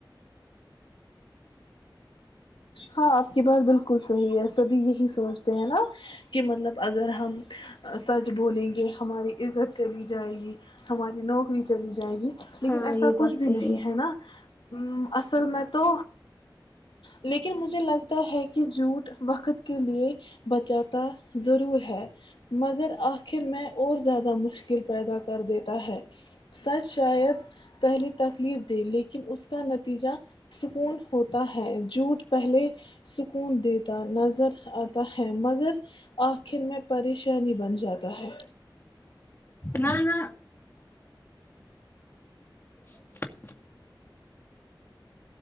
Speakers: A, on the left; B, on the left.
A: ہاں آپ کی بات بالکل صحیح ہے سبھی یہی سوچتے ہیں نا کہ مطلب اگر ہم سچ بولیں گے ہماری عزت چلی جائے گی ہماری نوکری چلی جائے جائے گی لیکن
B: ہاں
A: ایسا
B: یہ
A: کچھ
B: بات
A: بھی
B: صحیح
A: نہیں ہے نا ا اصل میں تو لیکن مجھے لگتا ہے کہ جھوٹ وقت کے لیے بچاتا ضرور ہے مگر آخر میں اور زیادہ مشکل پیدا کر دیتا ہے سچ شاید پہلے تکلیف دے لیکن اس کا نتیجہ سکون ہوتا ہے جو چھٹ پہلے سکون دیتے نظر آتا ہے مگر آخر میں پریشانی بن جاتا ہے
B: نہ نہ <inaudible>